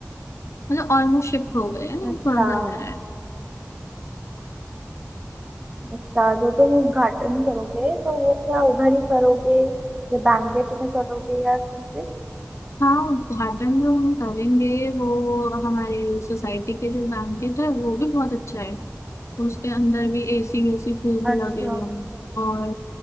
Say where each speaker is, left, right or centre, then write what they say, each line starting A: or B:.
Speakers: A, on the left (about 65°); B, on the right (about 20°).
A: मतलब ऑलमोस्ट शिफ्ट हो गए हैं
B: अच्छा
A: थोड़ा सा रह रहा है
B: अच्छा जो तुम उद्घाटन करोगे तो वो क्या उधर ही करोगे या बैंकेट में करोगे या कैसे
A: हाँ उद्घाटन जो हम करेंगे वो हमारे सोसाइटी के जो बैंकेट है वो भी बहुत अच्छा है उसके अंदर भी एसी वेसी खूब
B: अच्छा
A: लगे हुए हैं और